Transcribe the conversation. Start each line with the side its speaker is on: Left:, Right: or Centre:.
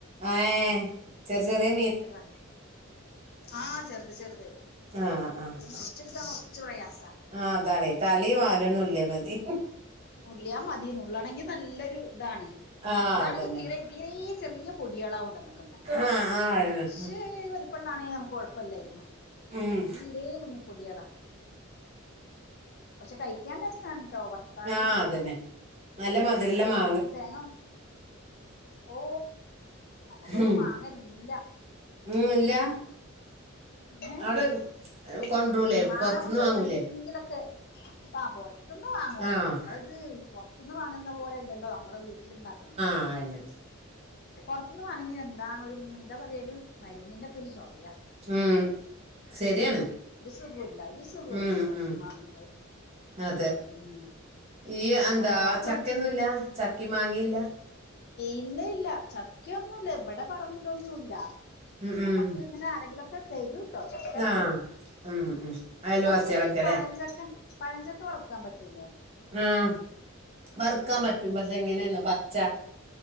Right: ഏഹ് ചെറു ചെറിയേ
Left: ബെത്തളോ ആഹ് ചെറ്ത് ചെറ്ത്
Right: ആഹ് ആഹ്
Left: അത് മുറിച്ചെടുക്കാൻ കൊർ ച്ച് പ്രയാസ
Right: ആഹ് അതാണേയ് തലേം വാലും നുള്ളിയ മതി
Left: നുള്ളിയാമതി നുള്ളണെങ്കിൽ നല്ലൊരു ഇതാണ്
Right: ആഹ്
Left: ഇതാണെങ്കി
Right: അതന്നെ
Left: തീരെ തീരേ ചെറിയ പൊടിയാ <unintelligible>
Right: ആഹ് ആഹ്
Left: കൊർച്ച് വലുപ്പള്ളാതാണെങ്കിൽ നമുക്ക് കൊ ഴപ്പല്ലേ ഇത്
Right: ഉം
Left: തീരെ കുഞ്ഞു പൊടിയേളാ പക്ഷെ കഴിക്കാൻ ടെസ്റ്റ് ആണുട്ടോ വർത്താല്
Right: ആഹ് അതന്നെ നല്ല മധുരള്ള മാ
Left: പിന്നെ തേങ്ങ ഓ നമുക്കൊക്കെ
Right: ഉം
Left: മാങ്ങല്ല
Right: ഉം ഇല്ല
Left: ഏഹ്
Right: അവിടെ
Left: ഏഹ്
Right: കൊണ്ടരൂലേ
Left: മാങ്ങ
Right: പൊറത്തുന്ന്
Left: നമ്മുക്ക് എവിടുന്നെങ്കിലൊക്കെ
Right: വാങ്ങൂലേ
Left: ആഹ് പൊർത്തുന്ന് വാങ്ങു
Right: ആഹ്
Left: നമ്മള് ഈ പൊർത്ത്ന്ന് വാങ്ങുന്ന പോലെയല്ലല്ലോ നമ്മള് വീട്ടിലിണ്ടാക്കുന്നേ
Right: ആയ്ന്നേ
Left: പൊർത്തുന്ന് വാങ്ങുന്നീന് എന്താണൊരു എന്താ പറയാ ഒരു മരുന്നിന്റെ ഒക്കെ ഒരു ചൊവയാ
Right: ഉം ശരിയാണ്
Left: ഒരു സുഖുല്ല ഒരു സുഖുല്ല
Right: ഉം
Left: പൊർത്തുന്ന്
Right: ഉം
Left: വാങ്ങുന്നത്
Right: അതെ
Left: ഉം
Right: ഈ എന്താ
Left: ഞാൻ മോട്ടർ
Right: ചക്കയൊന്നുല്ല
Left: ഇട്ട്
Right: ചക്കിം മാങ്ങിം ഇല്ല
Left: ഇല്ല ഇല്ല ചക്കയൊന്നുംല്ല ഇവിടെ പറമ്പിലൊന്നുല്ല
Right: ഉം
Left: നമ്മക്ക്ങ്ങനെ
Right: ഉം
Left: ആരെങ്കിലൊക്കെ തെരും കൊർചൊക്കെ
Right: ആഹ് ഉം ഉം അയൽവാസികളൊക്കെല്ലേ
Left: നമുക്ക് ഈ പഴഞ്ചക്ക പഴഞ്ചക്ക വറുക്കാൻ പറ്റൂലേ
Right: ആഹ് വറുക്കാൻ പറ്റും പക്ഷെ എങ്ങനെയന്നോ പച്ച